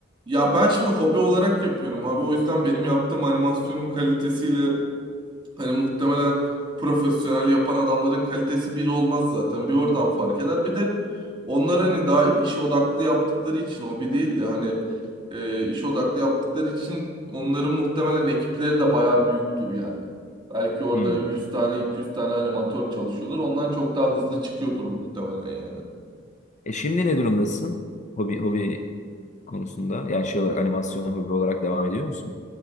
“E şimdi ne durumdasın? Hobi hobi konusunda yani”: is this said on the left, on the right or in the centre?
Left